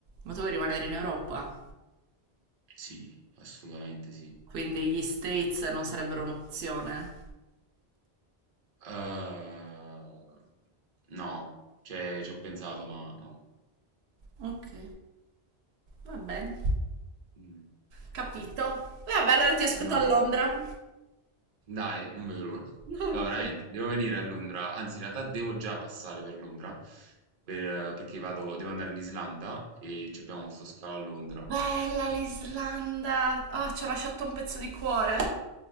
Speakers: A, on the right (about 75°); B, on the right (about 45°).
A: Ma tu vuoi rimanere in Europa?
B: Sì, assolutamente sì.
A: Quindi gli States non sarebbero un'opzione.
B: Eh, no, cioè ci ho pensato, ma no.
A: Ok, va bene.
B: Mm.
A: Capito.
B: Mm.
A: E vabbè, allora ti aspetto
B: Ma
A: a Londra.
B: dai, non vedo l'ora.
A: Ok.
B: No, veramente, devo venire a Londra, anzi in realtà devo già passare per Londra, per- perché vado, devo andare in Islanda e ci abbiamo sto scalo a Londra.
A: Bella l'Islanda. Ah, ci ho lasciato un pezzo di cuore.